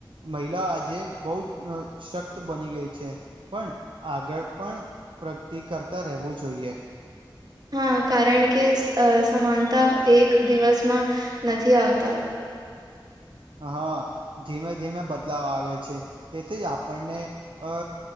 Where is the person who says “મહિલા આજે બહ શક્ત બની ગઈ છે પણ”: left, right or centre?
Right